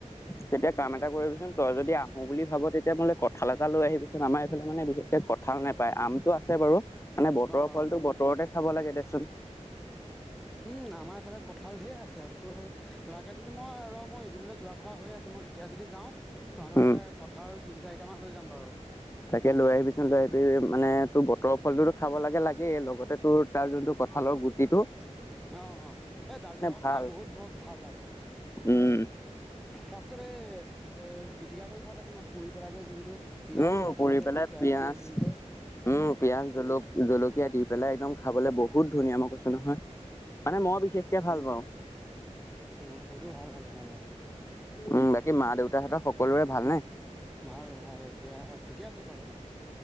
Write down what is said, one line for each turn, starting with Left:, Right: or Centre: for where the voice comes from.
Left: তেতিয়া কাম এটা কৰিবিচোন তই যদি আহো বুলি ভাব তেতিয়া মোলে কঁঠাল এটা লৈ আহিবিচোন আমাৰ এইফালে মানে বিশেষকে কঁঠাল নাপায় আমটো আছে বাৰু। মানে বতৰৰ
Centre: অ
Left: ফলতো
Centre: অ
Left: বতৰতে খাব লাগে দেচোন।
Centre: উম আমাৰ এইফালে কঠাল ধেৰ আছে তো লাগে য যদি মই ৰ মই এইকদিনলৈ যোৱা কথা হৈ আছে মই তেতিয়া যদি যাওঁ তেহ'লে
Left: উম
Centre: কথা তিনি চাৰটামান লৈ যাম বাৰু।
Left: তাকে লৈ আহিবিচোন লৈ আহিবি মানে তোৰ বতৰৰ ফলটোতো খাব লাগে লাগে লগতে তোৰ তাৰ যোনটো কঁঠালৰ গুটি টো
Centre: অ', অ', এই দালি লগঙৰ
Left: ভাল
Centre: খাই বহুত বহুত ভাল লাগে।
Left: উম
Centre: তাৰপিছত এ পিটিকা কৰি খাই পাইছ পুৰি পেলাই যে যোনটো পিয়াজ
Left: উম
Centre: চিয়াজ
Left: পুৰি
Centre: এনেকে
Left: পেলাই
Centre: দি তেল
Left: পিয়াজ
Centre: চেল দি যে
Left: উম পিয়াজ জ জলকীয়া দি পেলাই একদম খাবলৈ বহুত ধুনীয়া মই কৈছো নহয় মানে মই বিশেষকে ভাল
Centre: উম
Left: পাওঁ
Centre: অ', সুতো ভাল লাগে ভাল লাগে।
Left: উম বাকী মা দেউতাহতৰ সকলোৰে ভালনেে?
Centre: ভাল ভাল এতিয়া ঠিকে আছে বাৰু।